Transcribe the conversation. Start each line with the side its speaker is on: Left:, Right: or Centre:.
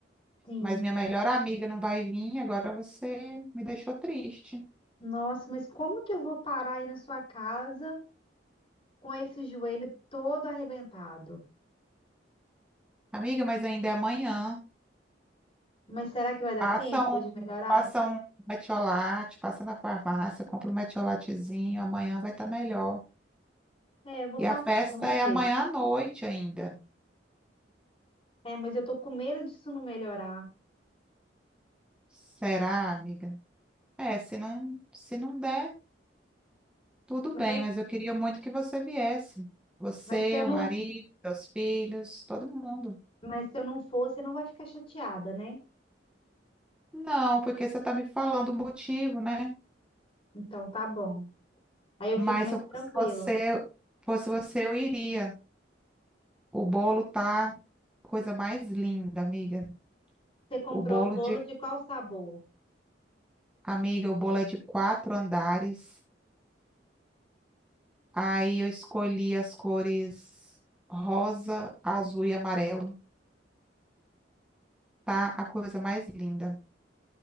Left: Sim.
Centre: Mas minha melhor amiga não vai vir, agora você me deixou triste.
Left: Nossa, mas como que eu vou parar aí na sua casa com esse joelho todo arrebentado?
Centre: Amiga, mas ainda é amanhã.
Left: Mas será que vai
Centre: Passa
Left: dar tempo
Centre: um,
Left: de melhorar?
Centre: passa um metiolate, passa na farmácia, compra um metiolatezinho, amanhã vai estar melhor.
Left: É, eu vou
Centre: E
Left: passar,
Centre: a festa
Left: vamos
Centre: é
Left: ver.
Centre: amanhã à noite ainda.
Left: É, mas eu tô com medo disso não melhorar.
Centre: Será, amiga? É, se não, se não der, tudo
Left: Mas,
Centre: bem, mas eu queria muito que você viesse. Você,
Left: mas se eu não,
Centre: o marido, seus filhos, todo mundo.
Left: mas se eu não for, você não vai ficar chateada, né?
Centre: Não, porque você está me falando o motivo, né?
Left: Então tá bom. Aí eu
Centre: Mas
Left: fico mais
Centre: se eu fosse
Left: tranquila.
Centre: você, fosse você, eu iria. O bolo tá coisa mais linda, amiga.
Left: Você comprou
Centre: O bolo
Left: o bolo
Centre: de,
Left: de qual sabor?
Centre: amiga, o bolo é de quatro andares. Aí eu escolhi as cores rosa, azul e amarelo. Tá a coisa mais linda.